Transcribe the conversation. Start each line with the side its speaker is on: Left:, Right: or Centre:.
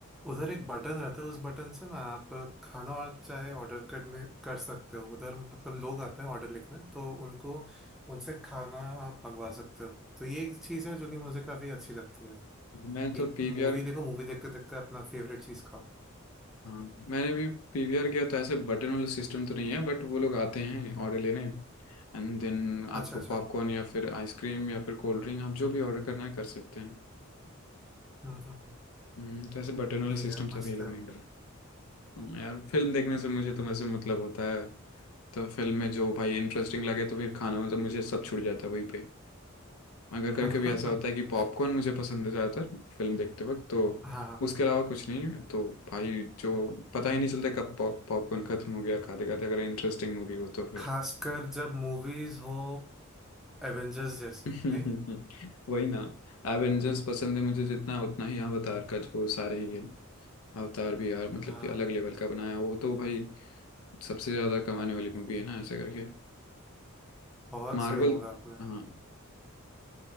Centre: उधर एक बटन रहता है उस बटन से ना आप खाना और चाहे ऑर्डर करने कर सकते हो उधर मतलब लोग आते हैं ऑर्डर लिखने तो उनको उनसे खाना आप मंगवा सकते हो तो ये एक चीज है जो कि मुझे काफी अच्छी लगती है
Left: मैं तो
Centre: कि
Left: पीवीआर
Centre: मूवी देखो मूवी देखते देखते अपना फेवरेट चीज खाओ
Left: हाँ मैंने भी पीवीआर किया तो ऐसे बटन वाला सिस्टम तो नहीं है बट वो लोग आते हैं ऑर्डर लेने एंड देन
Centre: अच्छा
Left: आप
Centre: अच्छा
Left: पॉपकॉर्न या फिर आइसक्रीम या फिर कोल्ड ड्रिंक आप जो भी ऑर्डर करना है कर सकते हैं
Centre: हम्म हम्म हम्म।
Left: हम्म, तो ऐसे बटन वाला
Centre: नहीं
Left: सिस्टम
Centre: यार
Left: सब
Centre: मस्त
Left: ये लोग
Centre: है वो
Left: नहीं करते हाँ, यार फिल्म देखने से मुझे तो वैसे मतलब होता है तो फिल्म में जो भाई इंटरेस्टिंग लगे तो फिर खाना मतलब मुझे सब छूट जाता है वहीं पे अगर
Centre: <laughs>
Left: कभी कभी ऐसा होता है कि पॉपकॉर्न मुझे पसंद है ज़्यादातर फिल्म देखते वक्त तो
Centre: हाँ
Left: उसके अलावा कुछ नहीं तो भाई जो पता ही नहीं चलता कब पॉप पॉपकॉर्न खत्म हो गया खाते खाते अगर इंटरेस्टिंग मूवी हो तो फिर
Centre: खासकर जब मूवीज हो एवेंजर्स जैसी
Left: <laughs>
Centre: नहीं
Left: वही ना एवेंजर्स पसंद है मुझे जितना उतना ही अवतार का जो सारे ही है अवतार भी यार मतलब
Centre: हाँ
Left: कि अलग लेवल का बनाया वो तो भाई सबसे ज़्यादा कमाने वाली मूवी है ना ऐसे करके
Centre: बहुत
Left: मार्वल
Centre: सही बोला आपने
Left: हाँ